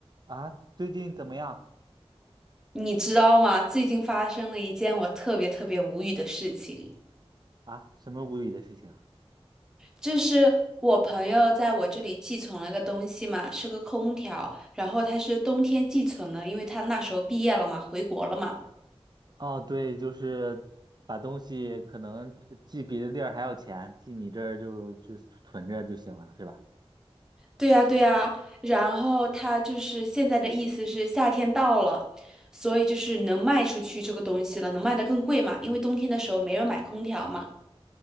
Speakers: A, on the right (about 40°); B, in the centre.
A: 啊，最近怎么样
B: 你知道吗？最近发生了一件我特别特别无语的事情，
A: 啊？什么无语的事情啊？
B: 就是我朋友在我这里寄存了个东西嘛，是个空调，然后他是冬天寄存的，因为他那时候毕业了嘛，回国了嘛。
A: 哦，对，就是把东西可能呃寄别的地儿还要钱，寄你这儿就就存着就行了，是吧？
B: 对呀，对呀，然后他就是现在的意思是夏天到了，所以就是能卖出去这个东西了，能卖的更贵嘛，因为冬天的时候没人买空调嘛。